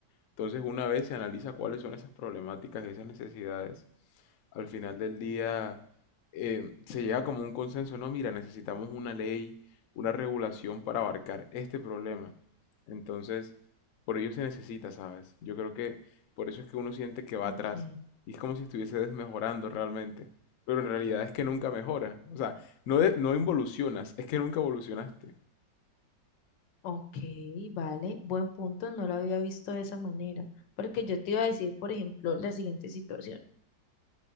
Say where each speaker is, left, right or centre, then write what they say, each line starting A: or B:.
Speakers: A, on the left; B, on the left.
A: Entonces, una vez se analiza cuáles son esas problemáticas y esas necesidades, Al final del día eh, se llega como un consenso, no, mira, necesitamos una ley, una regulación para abarcar este problema. Entonces, por ello se necesita, ¿sabes? Yo creo que por eso es que uno siente que va
B: Ok,
A: atrás y es como si estuviese desmejorando realmente, pero en realidad es que nunca mejora, o sea, no, de- no involucionas, es que nunca evolucionaste.
B: ok, vale, buen punto, no lo había visto de esa manera, porque yo te iba a decir, por ejemplo, la siguiente situación.